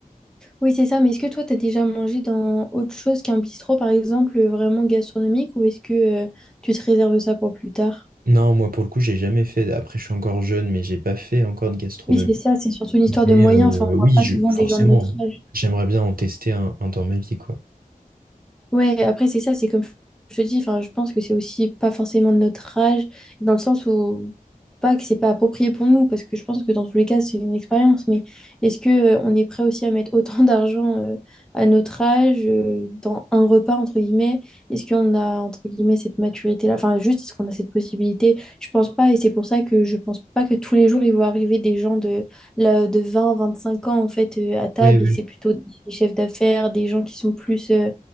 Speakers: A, in the centre; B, on the right.
A: Oui, c'est ça, mais est-ce que toi, tu as déjà mangé dans autre chose qu'un bistrot, par exemple, euh, vraiment gastronomique, ou est-ce que euh, tu te réserves ça pour plus tard?
B: Non, moi pour le coup, j'ai jamais fait. Après, je suis encore jeune, mais j'ai pas fait encore de gastronomie.
A: Oui, c'est ça, c'est surtout une histoire
B: Mais
A: de moyens.
B: euh,
A: Enfin, on
B: oui,
A: voit pas
B: je-
A: souvent
B: forcément,
A: des gens de notre âge.
B: j'aimerais bien en tester un, un dans ma vie, quoi.
A: Ouais, après, c'est ça, c'est comme je te dis, enfin, je pense que c'est aussi pas forcément de notre âge, dans le sens où, pas que c'est pas approprié pour nous, parce que je pense que dans tous les cas, c'est une expérience, mais est-ce que euh, on est prêt aussi à mettre autant <laughs> d'argent euh, à notre âge, euh, dans un repas, entre guillemets? Est-ce qu'on a, entre guillemets, cette maturité-là? Enfin, juste, est-ce qu'on a cette possibilité? Je pense pas, et c'est pour ça que je pense pas que tous les jours, il vont arriver des gens de, là, de vingt vingt-cinq ans, en fait, euh, à table,
B: Oui, oui.
A: et que c'est plutôt des chefs d'affaires, des gens qui sont plus. euh,